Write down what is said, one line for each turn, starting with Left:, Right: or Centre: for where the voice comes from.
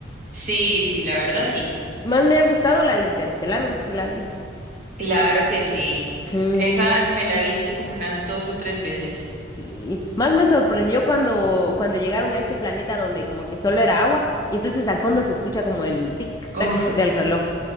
Right: Sí, sí, la verdad sí.
Left: Más me ha gustado la de Interestelar, no sé si la has visto.
Right: Claro que sí.
Left: <clears throat> Ujú.
Right: Esa me la he visto como unas dos o tres veces.
Left: Sí, más me sorprendió cuando, cuando llegaron a este planeta donde como que solo era agua y entonces al fondo se escucha como el tic-tac
Right: Oh,
Left: del reloj.